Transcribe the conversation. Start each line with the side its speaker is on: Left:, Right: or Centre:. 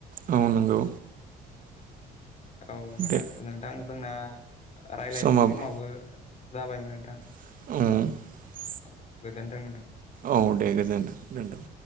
Right: औ नंगौ
Left: औ नोंथां
Right: दे
Left: नोंथां जोंना राय्लायनाय
Right: समाबो
Left: समावबो जाबायमोन नोंथां
Right: <inaudible>
Left: औ गोजोनथों नोंथां
Right: औ दे गोजोन्थों